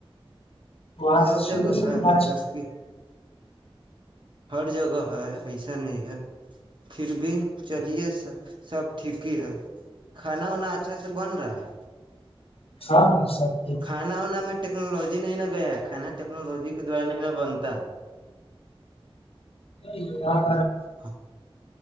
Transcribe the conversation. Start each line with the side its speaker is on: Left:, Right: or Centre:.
Left: وہاں
Right: سب
Left: سے شروع
Right: جگہ
Left: سے
Right: ہے مطلب کہ ہر جگہ ہوا ہے ایسا نہیں ہے پھر بھی چلیے سا سب ٹھیک ہی ہے کھانا وانا اچھا سے بن رہا ہے
Left: شان سک
Right: کھانا وانا میں ٹیکنالوجی نہیں ن گیا کھانا ٹیکنالوجی کے دوارا نہیں نہ بنتا
Left: ج
Right: ہ